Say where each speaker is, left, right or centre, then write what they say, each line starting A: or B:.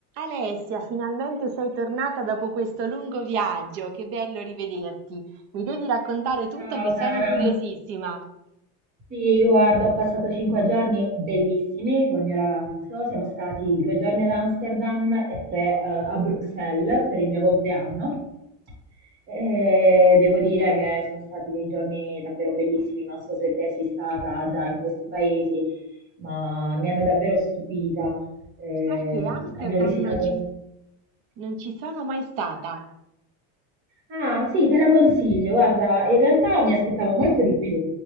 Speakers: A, on the right; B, on the right.
A: Alessia, finalmente sei tornata dopo questo lungo viaggio, che bello rivederti. Mi devi raccontare tutto
B: Ciao
A: che sono
B: cara.
A: curiosissima.
B: Sì, guarda, ho passato cinque giorni bellissimi col mio ragazzo. Siamo stati due giorni ad Amsterdam e tre, eh, a Bruxelles per il mio compleanno. E devo dire che sono stati dei giorni davvero bellissimi. Non so se te sei stata già in questi paesi, ma mi hanno davvero stupita. Eh,
A: Sai che Amsterdam
B: abbiamo visitato.
A: non ci, non ci sono mai stata.
B: Ah, sì, te la consiglio. Guarda, in realtà mi aspettavo molto di più,